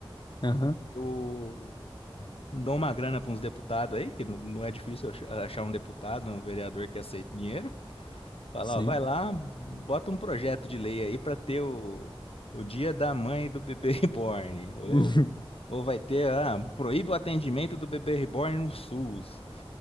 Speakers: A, on the left (about 55°); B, on the left (about 85°).
A: Aham,
B: Eu dou uma grana para uns deputados aí, que não, não é difícil ach- achar um deputado, um vereador que aceite dinheiro. Fala,
A: sim.
B: ó, vai lá, bota um projeto de lei aí para ter o, o dia da mãe do bebê <laughs> reborn. ou
A: <laughs>
B: Ou vai ter, ah, proíbe o atendimento do bebê reborn no SUS.